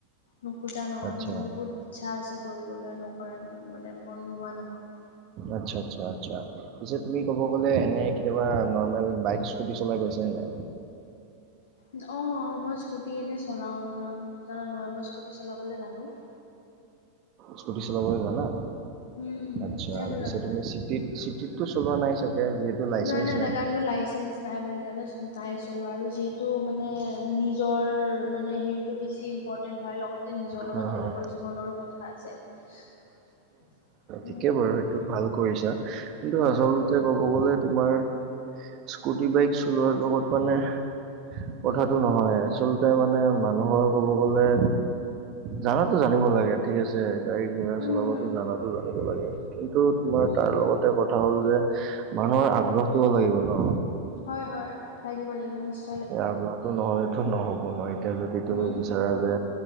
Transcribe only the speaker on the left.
নোখোজা নহয়
মানে মোৰ বহুত ইচ্ছা আছে, কৰিবলৈ নকৰা মানে মন নোহোৱা নহয়।
অ' অ'! মই স্কুটি এনেই চলাওঁ। ন- নজনা নহয়, মই স্কুটি চলাবলে জানোঁ।
উম উম
জানো
জানো
নাই-নাই দাদাৰ
লগত লাইচেঞ্চ নাই। মই সেইকাৰণে নাই চলোৱা আৰু। যিহেতু মানে, নিজৰ মানে, সেৰিটো বেছি। ইম্পৰ্টেণ্ট হোৱাৰ লগতে, নিজৰ লগত
বেলেগৰ জীৱনৰো কথা আছে, ইয়াতে।
উম
উম
উম
হুম
উম
হয়, হয়! লাগিব-লাগিব, নিশ্চ
হুম
হুম